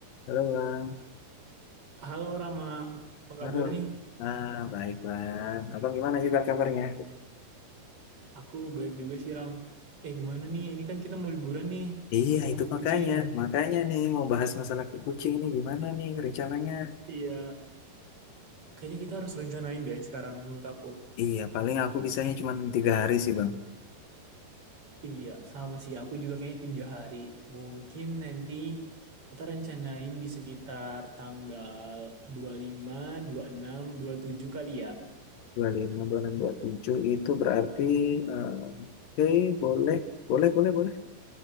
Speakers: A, on the left; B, on the right.
A: Halo Bang,
B: Halo Rama, apa kabar
A: aduh,
B: nih?
A: ah baik Bang, Abang gimana sih Bang kabarnya?
B: Aku baik juga sih Ram. Eh gimana nih? Ini kan kita mau liburan nih,
A: Iya
B: yang
A: itu
B: mau ke
A: makanya,
B: Kucing.
A: makanya nih mau bahas masalah ke kucing ini gimana nih rencananya?
B: Iya. Kayaknya kita harus rencanain deh sekarang menurut aku.
A: Iya paling aku bisanya cuma tiga hari sih Bang,
B: Iya, sama sih. Aku juga kayaknya tiga hari. Mungkin nanti kita rencanain di sekitar tanggal dua dua puluh puluh lima, dua puluh enam, dua puluh tujuh kali ya.
A: 25, 26, 27 itu berarti, eh, oke boleh, boleh, boleh, boleh.